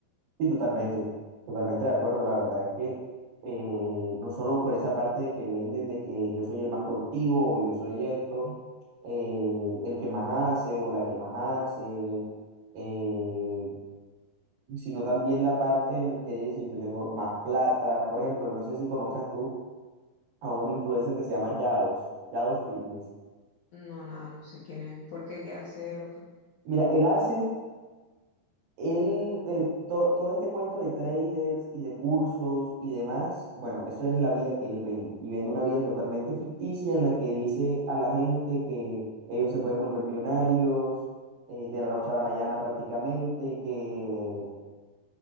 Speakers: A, on the right; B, on the left.
A: Sí, totalmente, totalmente de acuerdo. La verdad es que eh, no solo por esa parte de que venden de que yo soy el más productivo o yo soy esto, eh, el que más hace o la que más hace, eh, sino también la parte en el que dicen yo tengo más plata. Por ejemplo, no sé si conozcas tú a un influencer que se llama Yados, Yados Fitness.
B: No, nada, no sé quién es. ¿Por qué? ¿Qué hace? ¿Lo que?
A: Mira, él hace, él, te- to- todo este cuento de traders y de cursos y demás, bueno, eso es la vida que él vende. Y vende una vida totalmente ficticia en la que dice a la gente que ellos se pueden volver millonarios eh, de la noche a la mañana prácticamente, que